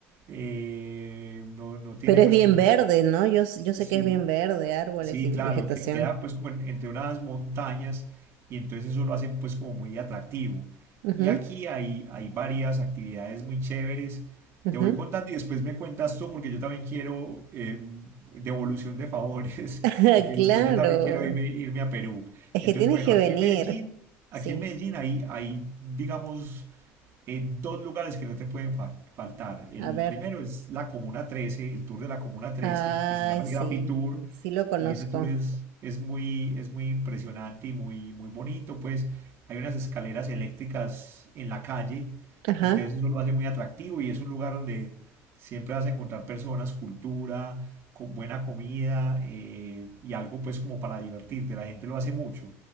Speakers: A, on the right; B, on the right.
A: eh, no, no tiene
B: Pero
A: pues
B: es bien
A: como...
B: verde, ¿no? Yo, s- yo sé
A: Sí,
B: que es bien verde, árboles
A: Sí,
B: y
A: claro,
B: vegetación.
A: que queda pues como en- entre unas montañas y entonces eso lo hacen pues como muy atractivo.
B: Ujú,
A: Y aquí hay, hay varias actividades muy chéveres.
B: ujú.
A: Te voy contando y después me cuentas tú porque yo también quiero eh, devolución de favores,
B: <laughs>
A: <laughs> porque
B: Claro,
A: después yo también quiero irme, irme a Perú.
B: es
A: Entonces,
B: que tienes
A: bueno,
B: que
A: aquí
B: venir.
A: en Medellín, aquí
B: Sí,
A: en Medellín hay, hay digamos, en dos lugares que no te pueden fa- faltar. El
B: a ver.
A: primero es la Comuna 13, el tour de la Comuna 13,
B: Ay,
A: que se llama el
B: sí,
A: Graffiti Tour,
B: sí lo conozco.
A: y ese tour es, es muy, es muy impresionante y muy, muy bonito, pues hay unas escaleras eléctricas en la calle,
B: Ajá.
A: entonces eso lo hace muy atractivo y es un lugar donde siempre vas a encontrar personas, cultura, con buena comida eh, y algo pues como para divertirte, la gente lo hace mucho.